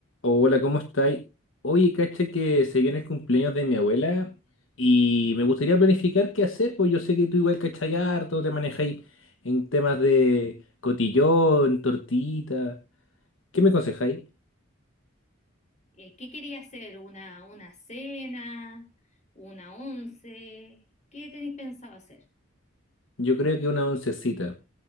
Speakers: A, on the left; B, on the left.
A: Hola, ¿cómo estáis? Oye, cacha que se viene el cumpleaños de mi abuela y me gustaría planificar qué hacer, pues yo sé que tú igual cachai harto, te manejáis en temas de cotillón, tortita. ¿Qué me aconsejáis?
B: Eh, ¿qué quería hacer? ¿Una, una cena? ¿Una once? ¿Qué tenéis pensado hacer?
A: Yo creo que una oncecita,